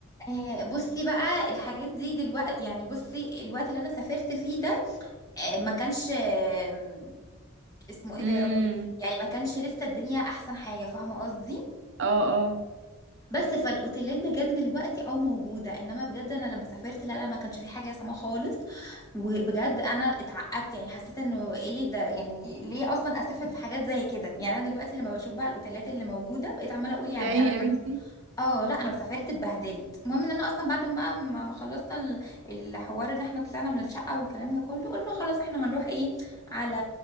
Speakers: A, on the left; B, on the right.
A: آه، بصي بقى الحاجات دي دلوقتي يعني بصي الوقت اللي انا سافرت فيه ده آه، ما كانش آه، اسمه ايه
B: امم
A: ده يا ربي يعني ما كانش لسه الدنيا احسن حاجه فاهمه قصدي
B: اه اه
A: بس فالاوتيلات بجد دلوقتي اه موجوده انما بجد انا لما سافرت لا لا ما كانش في حاجه سما خالص وبجد انا اتعقدت يعني حسيت انه ايه ده يعني ليه اصلا اسافر في حاجات زي كده يعني انا دلوقتي لما بشوف بقى الاوتيلات اللي موجوده بقيت عماله اقول يعني
B: يا عيني
A: انا
B: يا
A: لما
B: بنتي
A: اه لا انا سافرت اتبهدلت المهم ان انا اصلا بعد ما بقى ما ما خلصنا ال- الحوار ان احنا طلعنا من الشقه والكلام ده كله قلنا خلاص احنا هنروح ايه على